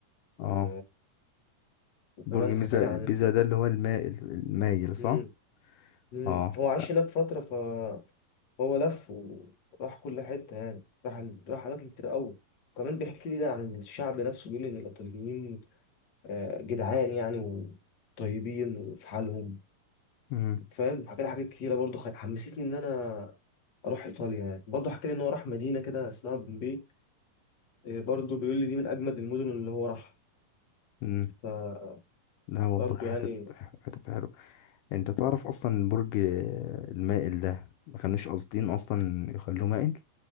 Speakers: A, on the left; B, on the left.
A: و...
B: اه
A: وكمان
B: برج بيزا
A: حكالي عن
B: بيزا ده اللي هو المائل المايل صح
A: مم. مم.
B: اه
A: هو عاش
B: لا.
A: هناك فترة فهو لف وراح كل حتة يعني راح راح أماكن كتير أوي وكمان بيحكي لي ده عن الشعب نفسه بيقول لي إن الإيطاليين آه، جدعان يعني وطيبين وفي حالهم
B: مم.
A: فاهم حكى لي حاجات كتيرة برضه خ- حمستني إن أنا أروح إيطاليا يعني برضه حكى لي إن هو راح مدينة كده اسمها بومبي إيه، برضه بيقول لي دي من أجمد المدن اللي هو راحها
B: امم
A: فبرضه
B: لا والله
A: يعني
B: حتت حتت حلوة انت تعرف اصلا برج آه، المائل ده ما كانوش قاصدين اصلا يخلوه مائل